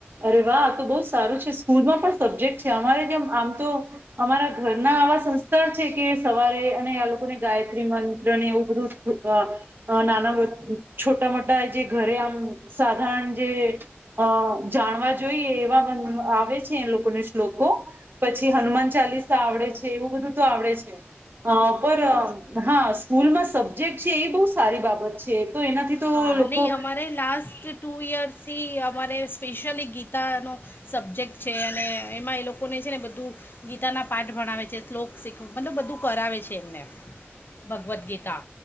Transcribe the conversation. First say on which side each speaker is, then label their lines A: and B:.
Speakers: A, on the right; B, on the left.
A: અરે વાહ આ તો બહુ સારું છે સ્કૂલમાં પણ સબ્જેક્ટ છે અમારે જેમ આમ તો અમારા ઘરના આવા સંસ્કાર છે કે સવારે અને આ લોકોને ગાયત્રી મંત્રને એવું બધું. અ અ નાના છોટા મોટા જે ઘરે આમ સાધારણ જે અ જાણવા જોઈએ એવા આવે છે એ લોકોને શ્લોકો પછી હનુમાન ચાલીસા આવડે છે એવું બધું તો આવડે છે. અ પર હા સ્કૂલમાં સબ્જેક્ટ છે એ બહુ સારી બાબત છે. તો એનાથી તો
B: હા
A: લોકો
B: નહીં અમારે લાસ્ટ ટુ યયર્સથી અમારે સ્પેશિયલી ગીતાનો સબ્જેક્ટ છે અને એમાં એ લોકોને છે ને બધું ગીતાના પાઠ ભણાવે છે શ્લોક શીખ મતલબ બધું કરાવે છે એમને ભગવદ્ ગીતા